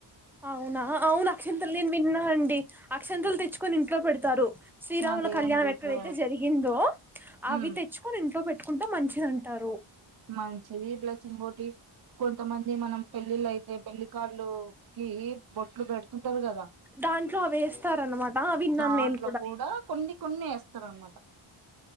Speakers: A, in the centre; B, on the right.
A: అవునా అవును అక్షంతలు నేను విన్నా అండి అక్షంతలు తెచ్చుకొని ఇంట్లో పెడతారు శ్రీరాముల
B: ఆ దేవుని
A: కళ్యాణం
B: గుట్లో
A: ఎక్కడైతే జరిగిందో అవి
B: ఉమ్
A: తెచ్చుకొని ఇంట్లో పెట్ పెట్టుకుంటే మంచిది అంటారు
B: మంచిది బ్లస్సింగ్ గోటి కొంతమంది ఇది మనం పెళ్ళిళ్ళ అయితే పెళ్లి కార్డ్స్ కి బొట్లు పెడుతుంటారు కదా
A: దాంట్లో అవి వేస్తారనమాట విన్నాను
B: దాంట్లో
A: నేను
B: కూడా కొన్ని కొన్ని నమాట